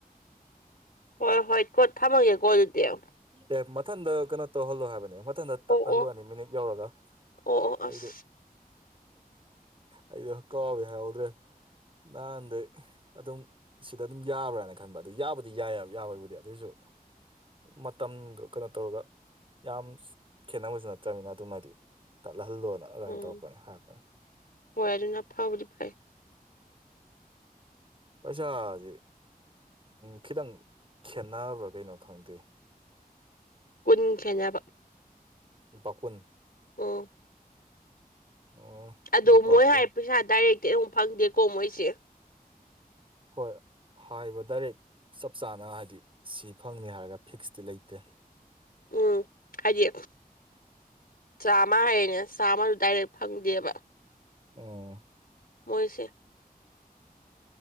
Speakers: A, on the left; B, on the right.
A: ꯍꯣꯏ ꯍꯣꯏ ꯀꯣ ꯊꯝꯃꯒꯦꯀꯣ ꯑꯗꯨꯗꯤ ꯑꯣ
B: ꯑꯦ ꯃꯊꯟꯗ ꯀꯩꯅꯣ ꯇꯧꯍꯜꯂꯣ ꯍꯥꯏꯕꯅꯦ ꯃꯊꯟꯗ ꯇꯠꯍꯜꯂꯨꯅꯤ
A: ꯑꯣ
B: ꯃꯤꯅꯤꯠ ꯌꯧꯔꯒ
A: ꯑꯣ ꯑꯣ
B: ꯑꯩꯗꯨ
A: ꯑꯁ
B: ꯑꯩꯗꯣ ꯀꯥꯎꯋꯦ ꯍꯥꯏꯍꯥꯎꯗ꯭ꯔꯦ ꯅꯍꯥꯟꯗ ꯑꯗꯨꯝ ꯁꯤꯗ ꯑꯗꯨꯝ ꯌꯥꯕ꯭ꯔꯥꯅ ꯈꯟꯕ ꯑꯗꯨꯕ ꯕꯨꯗꯤ ꯌꯥꯏ ꯌꯥꯕꯣꯏꯕꯨꯗꯤ ꯑꯗꯨꯑꯣꯏꯁꯨ ꯃꯇꯝꯗ ꯀꯩꯅꯣ ꯇꯧꯔꯒ ꯌꯥꯝ ꯈꯦꯠꯅꯕꯁꯨ ꯅꯠꯇ꯭ꯔꯅꯤꯅ ꯑꯗꯨꯃꯥꯏꯗꯤ ꯇꯠꯂꯍꯜꯂꯣꯅ ꯑꯗꯨꯃꯥꯏꯅ
A: ꯎꯝ
B: ꯇꯧꯔꯛꯄꯅꯦ ꯍꯥꯏꯔꯛꯄꯅꯤ
A: ꯍꯣꯏ ꯑꯗꯨꯅ ꯐꯥꯎꯕꯗꯤ ꯐꯩ <unintelligible>
B: ꯄꯩꯁꯥꯁꯦ ꯈꯤꯇꯪ ꯈꯦꯠꯅꯕ꯭ꯔꯥ ꯀꯩꯅꯣ ꯈꯪꯗꯦ
A: ꯀꯨꯟ ꯈꯦꯖꯅꯕ
B: ꯂꯨꯄꯥ ꯀꯨꯟ
A: ꯑꯣ
B: ꯑꯣ
A: ꯑꯗꯣ
B: ꯂꯨꯄꯥ
A: ꯃꯣꯏ
B: ꯀꯨꯟ
A: ꯍꯥꯏ ꯄꯩꯁꯥ ꯗꯥꯏꯔꯦꯛꯇꯤ ꯑꯃꯨꯛ ꯐꯪꯗꯦꯀꯣ ꯃꯣꯏꯁꯦ
B: ꯍꯣꯏ ꯍꯥꯏꯔꯤꯕ ꯗꯥꯏꯔꯦꯛ ꯆꯞ ꯆꯥꯅ ꯍꯥꯏꯗꯤ ꯁꯤ ꯐꯪꯅꯤ ꯍꯥꯏꯔꯒ ꯐꯤꯛꯁꯇꯤ ꯂꯩꯇꯦ
A: ꯎꯝ ꯍꯥꯏꯗꯤ ꯆꯥꯝꯃ ꯍꯥꯏꯔꯦꯅ ꯆꯥꯃ ꯗꯥꯏꯔꯦꯛ ꯐꯪꯗꯦꯕ
B: ꯑꯣ
A: ꯃꯣꯏꯁꯦ